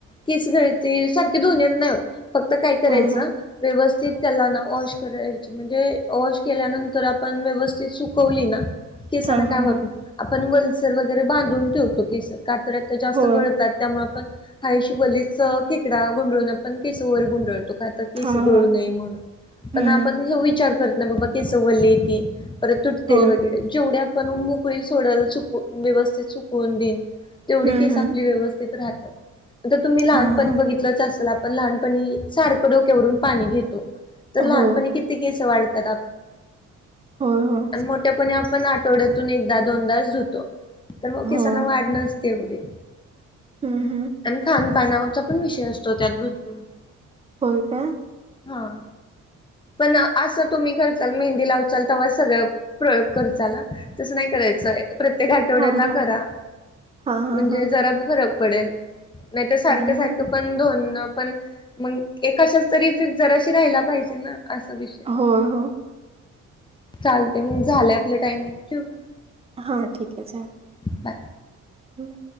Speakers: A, on the left; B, on the right.
A: तेीच गळते सारखे दोन नाही होत फक्त काय करायचं
B: हा हा
A: व्यवस्थित त्याला ना वॉश करायचे म्हणजे वॉश केल्यानंतर आपण व्यवस्थित सुकवली ना केसांना
B: हा
A: काय
B: हा
A: होत
B: हा
A: नाही आपण वल्सर वगैरे बांधून ठेवतो केस कातऱ्यात जास्त
B: हो
A: गळत त्यामुळे आपण काा शिवलीच खेकडा गुंडळून आपण केसोवर गुंडळत त आता केस
B: हा
A: गळू
B: हा
A: नये म्हणून पण
B: हम्म
A: आपण विचार करत ना बाबा केस वले ती परत तुटतेल
B: हो
A: वगैरे जेवढे आपण मोकळी सोड चक व्यवस्थित चकवून देईन तेवढी
B: हम्म
A: केस
B: हम्म
A: आपली व्यवस्थित राहतात आ तुम्ही लहानपण
B: हा हा
A: बघितलंच असेल पण लहानपणी सारखं डोक्यावरून पाणी घेतो तर लहानपणी
B: हो
A: किती केस वाढत
B: होय होय
A: मोठ्याप आपण आठवड्यातून एकदा दोनदाच धुतो तर मग केसांना
B: होय
A: वाढ नसते एवढी
B: हम्म हम्म
A: आणि खानपानावरचा पण विषय असतो त्यात भरपूर
B: होय का
A: हा पण असं तुम्ही करचाल मेहंदी लावचाल तेव्हा सगळ प्रयोग कर ल तसं नाही करायचं प्रत्येक आठवड्याला
B: हा हा
A: करा
B: हा हा
A: म्हणजे
B: हा
A: जरा फरक ल नाही सारख
B: हम्म
A: सार
B: हम्म
A: पण पण मग एकाशाच तरी जराशी राहाला पाहिजे ना असा विषय
B: होय हो
A: चालते मग झालं आपलं टायमिंग ठेव का
B: हा ठीक आहेच आहे
A: बाय